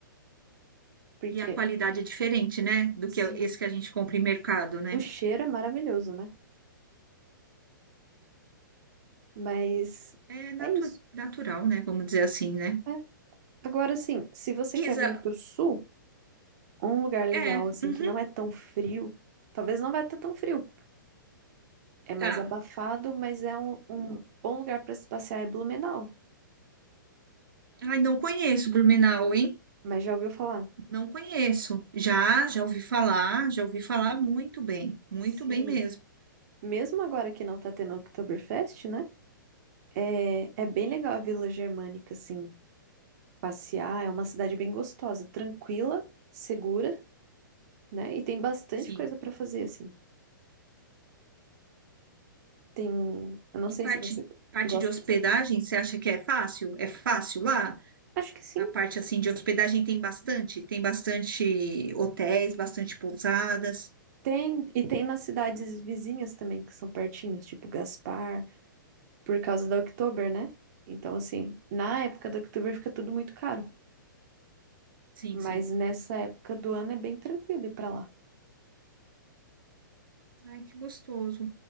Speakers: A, on the right; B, on the right.
A: Porque
B: e a qualidade é diferente, né, do
A: sim,
B: que esse que a gente compra em mercado, né?
A: o cheiro é maravilhoso, né? Mas
B: É natu-
A: é isso.
B: natural, né, vamos dizer assim, né?
A: né? Agora, assim, se você
B: Isa,
A: quer vir pro sul, um lugar legal,
B: é,
A: assim,
B: uhum,
A: que não é tão frio, talvez não vai estar tão frio. É mais
B: tá.
A: abafado, mas é um, um bom lugar para se passear é Blumenau.
B: Ai, não conheço Blumenau, hein?
A: Mas já ouviu falar?
B: Não conheço. Já, já ouvi falar, já ouvi falar muito bem, muito
A: Sim.
B: bem mesmo.
A: Mesmo agora que não tá tendo Oktoberfest, né? É, é bem legal a Vila Germânica, assim, passear. É uma cidade bem gostosa, tranquila, segura, né? E tem bastante
B: Sim.
A: coisa para fazer, assim. Tem, eu não
B: E
A: sei
B: parte
A: se você
B: parte
A: gosta.
B: de hospedagem, você acha que é fácil? É fácil lá?
A: Acho que sim.
B: A parte assim de hospedagem tem bastante, tem bastante hotéis, bastante pousadas.
A: Tem, e tem nas cidades vizinhas também, que são pertinhas, tipo Gaspar, por causa da Oktober, né? Então, assim, na época da Oktober fica tudo muito caro.
B: Sim,
A: Mas
B: sim.
A: nessa época do ano é bem tranquilo ir pra lá.
B: Ai, que gostoso.